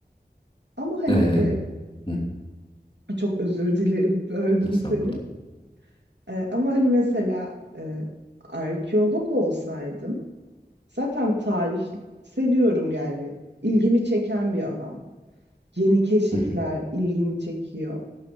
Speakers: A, on the right; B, on the left.
A: Ama hani
B: Ee,
A: e,
B: Hı hı.
A: çok özür dilerim, böldüm
B: Estağfurullah.
A: seni. Ee, ama hani mesela e, arkeolog olsaydım zaten tarih seviyorum yani ilgimi çeken bir alan. Yeni keşifler
B: Hı hı.
A: ilgimi çekiyor.